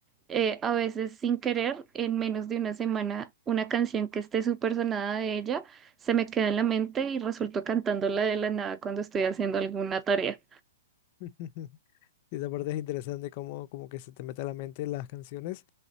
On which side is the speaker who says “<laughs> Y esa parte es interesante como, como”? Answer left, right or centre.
Left